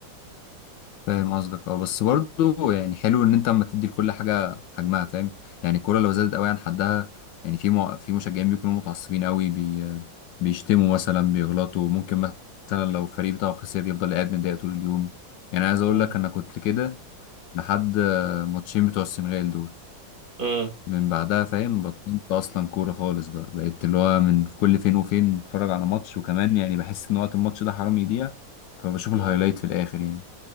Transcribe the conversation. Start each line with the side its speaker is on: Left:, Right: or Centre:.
Left: فاهم قصدك اه بس برضو يعني حلو ان انت اما تدي لكل حاجه حجمها فاهم يعني الكوره لو زادت قوي عن حدها يعني في مع... في مشجعين بيكونوا متعصبين قوي بي... بيشتموا مثلا بيغلطوا ممكن مثلا لو الفريق بتاعه خسر يفضل قاعد متضايق طول اليوم يعني عايز اقول
Right: امم
Left: لك انا كنت كده لحد آه، ماتشين بتوع السنغال دول
Right: امم
Left: من بعدها فاهم بطلت اصلا كوره خالص بقى بقيت اللي هو من كل فين وفين اتفرج على ماتش وكمان يعني بحس ان وقت الماتش ده حرام يضيع فبشوف
Right: امم
Left: الهايلايت في الاخر يعني